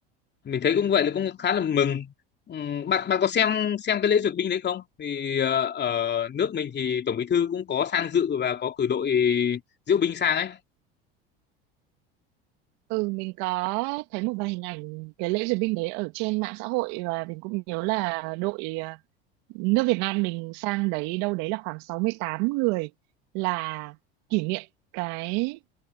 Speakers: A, on the left (about 35°); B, on the right (about 65°).
A: mình thấy cũng vậy là cũng khá là mừng Ừm, bạn bạn có xem xem cái lễ duyệt binh đấy không thì ờ, ở nước mình thì tổng bí thư cũng có sang dự và có cử đội diễu binh sang ấy
B: Ừ, mình có thấy một vài hình ảnh cái lễ duyệt binh đấy ở trên mạng xã hội và mình cũng nhớ là đội à, nước Việt Nam mình sang đấy đâu đấy là khoảng 68 người là kỷ niệm cái